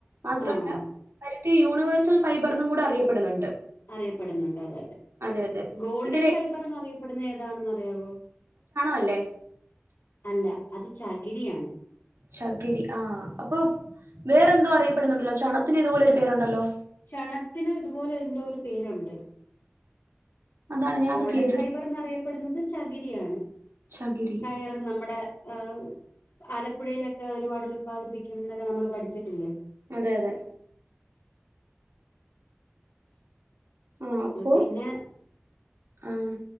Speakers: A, on the right; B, on the left.
A: മാത്രമല്ല.
B: ആഹ്
A: പരുത്തി യൂണിവേഴ്സൽ ഫൈബർ എന്നും കൂടെ അറിയപ്പെടുന്നുണ്ട്.
B: അറിയപ്പെടുന്നുണ്ട് അതെയതെ.
A: അതെ അതെ
B: ഗോൾഡൻ
A: ഇന്ത്യയിലെ
B: ഫൈബർന്ന് അറിയപ്പെടുന്ന ഏതാണെന്ന് അറിയാവോ
A: അല്ലേ
B: അല്ല അത് ചകിരിയാണ്
A: ചകിരി ആഹ് അപ്പൊ വേറെന്തോ അറിയപ്പെടുന്നുണ്ടല്ലോ, ചണത്തിന് ഇതുപോലെ ഒരു പേരുയുണ്ടല്ലോ.
B: ചണത്തിനും ഇതുപോലെ എന്തോ ഒരു പേരുണ്ട്.
A: അതാണ് ഞാൻ
B: ഗോൾഡൻ
A: അത് കേട്ടിട്ട്
B: ഫൈബർന്ന്റിയപ്പെടുന്നത് ചകിരിയാണ്
A: ചകിരി
B: കയർ നമ്മുടെ- ആഹ് ആലപ്പുഴയിലൊക്കെ ഒരുപാട് ഉത്പാദിപ്പിക്കും എന്നൊക്കെ നമ്മൾ പഠിച്ചിട്ടില്ലേ?
A: അതെ അതെ. ആ ഹ്അപ്പോ
B: പിന്നെ
A: ആം.